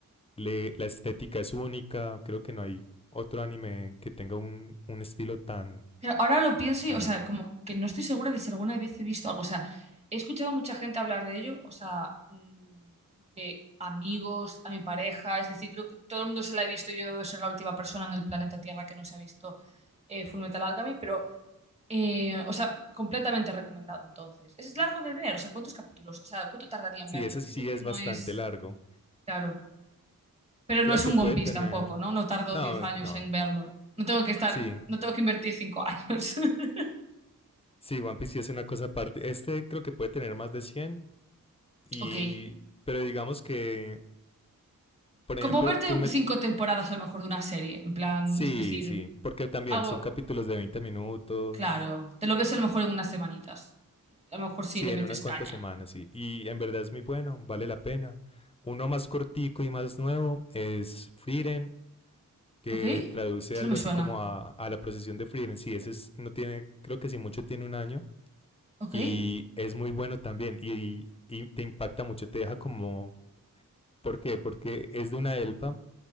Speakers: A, on the left; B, on the right.
A: Le, la estética es única, creo que no hay otro anime que tenga un, un estilo tan,
B: Pero ahora lo pienso y,
A: tan
B: o sea,
A: único.
B: como que no estoy segura de si alguna vez he visto algo. O sea, he escuchado a mucha gente hablar de ello, o sea, mm, como que amigos, a mi pareja, es decir, creo que todo el mundo se la ha visto. Yo debo de ser la última persona en el planeta Tierra que no se ha visto eh, Fullmetal Alchemy, pero, eh, o sea, completamente recomendado entonces. Es largo de ver, o sea, ¿cuántos capítulos? O sea, ¿cuánto tardaría en
A: Sí,
B: verlo?
A: ese
B: Entiendo
A: sí
B: que
A: es
B: no
A: bastante
B: es,
A: largo.
B: claro, pero
A: Creo
B: no es
A: que
B: un
A: pueden
B: One Piece
A: tener.
B: tampoco, ¿no? No tardo
A: No,
B: 10 años
A: no,
B: en verlo. No tengo que estar,
A: Sí,
B: no tengo que invertir 5 años. <laughs>
A: sí, One Piece sí es una cosa aparte. Este creo que puede tener más de 100 y...
B: Ok.
A: Pero digamos que, por ejemplo,
B: Como verte
A: Fullmet...
B: cinco temporadas a lo mejor de una serie, en plan,
A: Sí,
B: es decir,
A: sí, porque también
B: algo
A: son capítulos de 20 minutos,
B: claro, te lo ves a lo mejor en unas semanitas, a lo mejor si
A: sí,
B: le
A: en
B: metes
A: unas
B: caña.
A: cuantas semanas, sí. Y en verdad es muy bueno, vale la pena. Uno más cortico y más nuevo es Frieren, que
B: ¿Ok? Eso
A: traduce algo
B: no me suena.
A: así como a, a la procesión de Frieren. Sí, ese es, no tiene, creo que si mucho tiene un año.
B: ¿Ok?
A: Y es muy bueno también. Y, y te impacta mucho, te deja como ¿Por qué? Porque es de una elfa.